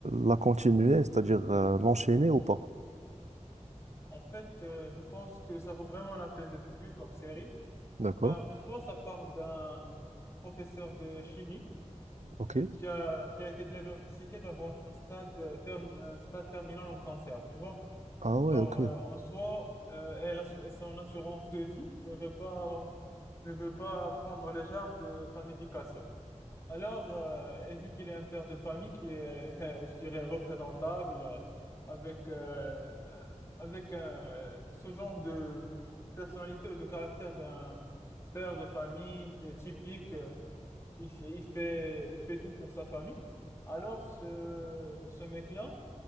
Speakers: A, on the right; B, on the left.
A: la continuer, c'est-à-dire euh, l'enchaîner ou pas?
B: En fait, euh, je pense que ça vaut vraiment la peine d'être vu comme série.
A: D'accord?
B: Ben, en soi, ça parle d'un professeur de chimie
A: Ok.
B: qui a, qui a été diagnostiqué d'avoir un stade, euh, term- un stade terminal en cancer, tu vois.
A: Ah ouais,
B: Genre,
A: ok.
B: euh, en soi, euh, elle assu- et son assurance de vie ne veut pas, ne veut pas prendre les charges de sa médication. Alors, euh, et vu qu'il est un père de famille qui est, <laughs> euh, je dirais, représentable, euh, avec, euh, euh, avec euh, ce genre de personnalité ou de caractère d'un père de famille euh, typique, euh, il fait, il fait, il fait tout pour sa famille. Alors, ce, ce mec-là